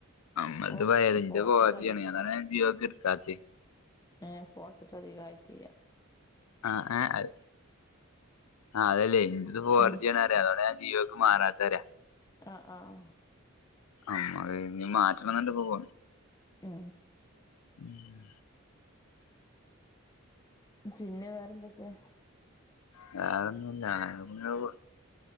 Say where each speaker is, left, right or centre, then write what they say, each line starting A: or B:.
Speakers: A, on the left; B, on the left.
A: അമ്മൾത്
B: ഫോർ
A: പയേത് ഇന്റെ
B: ഫോർത്തിട്ട്
A: ഫോർജ്യാണ്
B: അധിക
A: അതാണ് ജിയോക്ക് ട്ക്കാത്
B: ഏ ഫോൺത്ത്ട്ട് അധികായ്റ്റിയ്യ
A: ആഹ് ഏ അഅ് ആഹ് അതല്ലേ ഇൻ്റത് ഫോർജിയാണ്
B: ഉം
A: ട്ടെ അതോണ്ടാഞാ ജി യോക്ക് മാറാത്ത് അറ്യ
B: അഹ് ആഹ് ആഹ്
A: അമ്മ ഇഞ് മാറ്റണംന്ന്ണ്ട് ഫോൺ
B: ചേ
A: <inaudible>
B: പിന്നെ വേറെ എന്തൊക്കെ
A: വേറൊന്നുല്യ ഞാനങ്ങനെ പോണ്